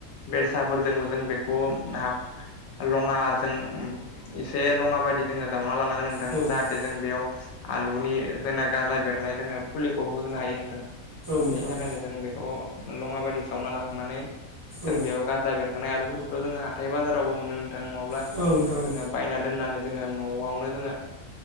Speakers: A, on the left (about 70°); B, on the right (about 20°).
A: बेलसाफोरजोंबो जों बेखौ ना लङाजों एसे लङा बायदि जोङो जाउना लानांगोन नोंथां
B: औ औ
A: जाहाथे जों बेयाव आलुनि जोंना गाजा बेरनाय जोङो फुलिखौ होनो हायो नोंथां।
B: नोंथां
A: बेनि थाखायनो जों बेखौ लङाबादि जावना लाखांनानै जों
B: औ
A: बेयाव गाजा बेर थांनाय आलुफोरखौथ' जोङो हाथाय बाजारावबो मोनो नोंथां नङाब्ला
B: औ नोंथां
A: जोङो बायना दोननानै जोङो न'आवनो जोङो